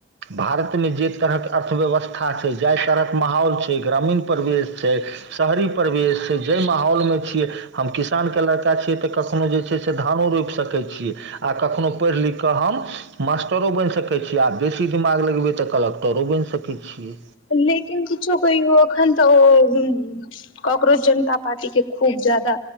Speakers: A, on the right; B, on the left.
A: भारत में जे तरहके अर्थव्यवस्था छै जाइ तरह माहौल छै ग्रामीण परिवेश छै शहरी परिवेश छै जाहि माहौलमे छियै हम किसानके लड़का छियै तऽ कखनो जे छै से धानो रोपि सकै छियै आ कखनो पढ़ि लिख कऽ हम मास्टरो बनि सकै छियै आ बेसी दिमाग लगबै तऽ कलक्टरो बनि सकै छियै
B: लेकिन किछो कहियौ अखन तऽ ओ कॉकरोच जनता पार्टीके खूब जादा